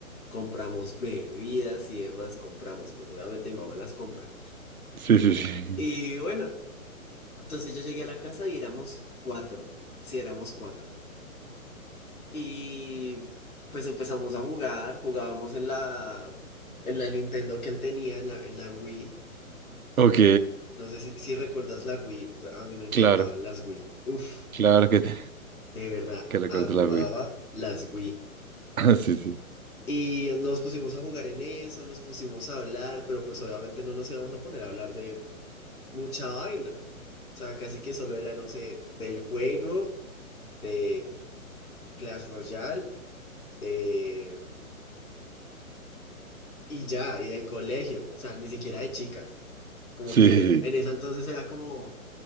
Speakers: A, on the left (about 75°); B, on the right (about 75°).
A: compramos bebidas y demás, compramos, pues obviamente mi mamá las compra.
B: Sí, sí, sí.
A: Y bueno, entonces yo llegué a la casa y éramos cuatro, sí, éramos cuatro. Y pues empezamos a jugar, jugábamos en la, en la Nintendo que él tenía, en la, en la Wii.
B: Ok,
A: No sé si, si recuerdas la Wii, a mí me encantaban
B: claro,
A: las Wii. Uf,
B: claro que, te-
A: de verdad,
B: que recuerdo
A: amaba
B: la vi.
A: las Wii.
B: <laughs> Sí, sí,
A: Y nos pusimos a jugar en eso, nos pusimos a hablar, pero pues obviamente no nos íbamos a poner a hablar de mucha vaina. O sea, casi que solo era, no sé, del juego, de Clash Royale, de... y ya, y del colegio. O sea, ni siquiera de chicas. Como
B: sí,
A: que
B: sí,
A: en ese entonces era como,